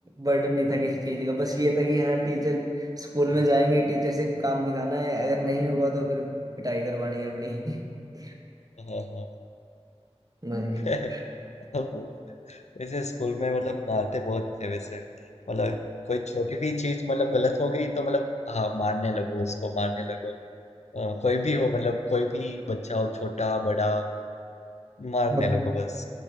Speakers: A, on the right; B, on the left.
A: बर्डन नहीं था किसी चीज का बस ये था कि हाँ टीचर स्कूल में
B: हम्म,
A: जाएंगे टीचर से काम दिखाना है अगर नहीं हुआ तो फिर पिटाई करवानी है अपनी <laughs>
B: हाँ हाँ
A: बस ये।
B: <laughs> <laughs> वो है। वैसे स्कूल में मतलब मारते बहुत थे वैसे मतलब कोई छोटी भी चीज मतलब गलत हो गई तो मतलब हाँ मारने लगो उसको मारने लगो अ, कोई भी हो मतलब कोई भी बच्चा हो छोटा बड़ा मारने
A: हाँ,
B: लगो बस